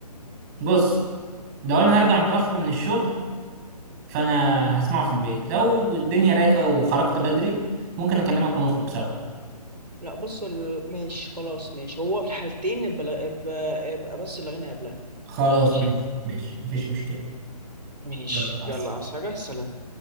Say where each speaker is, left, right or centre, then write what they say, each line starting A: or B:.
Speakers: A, on the right; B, on the right.
A: بص لو انا هرجع متاخر من الشغل فانا هسمعه في البيت لو الدنيا رايقه وخرجت بدري ممكن اكلمك ونخرج سوا
B: لا بص ال... ماشي خلاص ماشي هو في الحالتين يبقى يبقى يبقى بس الغنى قبلها
A: خلاص
B: ماشي
A: ماشي ماشي مفيش مشكله
B: ماشي
A: يلا مع
B: يلا
A: السلامه
B: عايز حاجة سلام